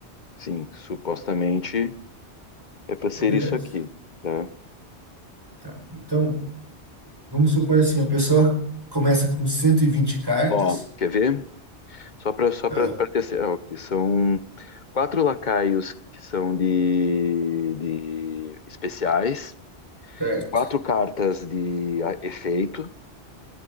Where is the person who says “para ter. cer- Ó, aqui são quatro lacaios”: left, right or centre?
Left